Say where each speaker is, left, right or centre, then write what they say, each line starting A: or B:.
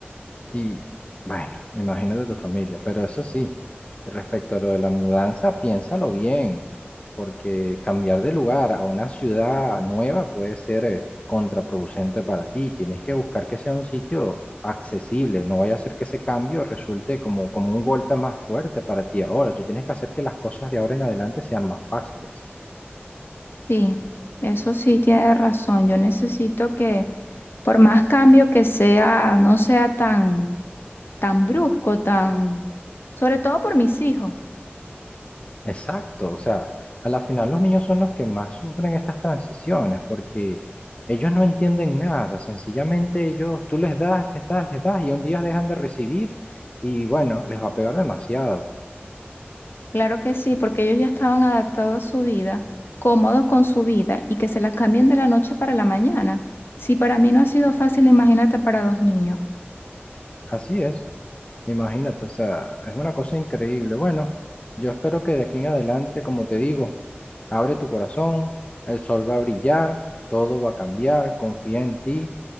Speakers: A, on the left; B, on the left.
A: Y bueno, me imagino de tu familia, pero eso sí, respecto a lo de la mudanza, piénsalo bien, porque cambiar de lugar a una ciudad nueva puede ser eh, contraproducente para ti. Tienes que buscar que sea un sitio accesible, no vaya a ser que ese cambio resulte como, como un golpe más fuerte para ti ahora. Tú tienes que hacer que las cosas de ahora en adelante sean más fáciles.
B: Sí, eso sí tiene razón, yo necesito que por más cambio que sea, no sea tan tan brusco, tan... Sobre todo por mis hijos.
A: Exacto, o sea, a la final los niños son los que más sufren estas transiciones porque ellos no entienden nada, sencillamente ellos, tú les das, les das, les das y un día dejan de recibir y bueno, les va a pegar demasiado.
B: Claro que sí, porque ellos ya estaban adaptados a su vida, cómodos con su vida, y que se las cambien de la noche para la mañana. Si para mí no ha sido fácil, imagínate para dos niños.
A: Así es, imagínate, o sea, es una cosa increíble. Bueno, yo espero que de aquí en adelante, como te digo, abre tu corazón, el sol va a brillar, todo va a cambiar, confía en ti.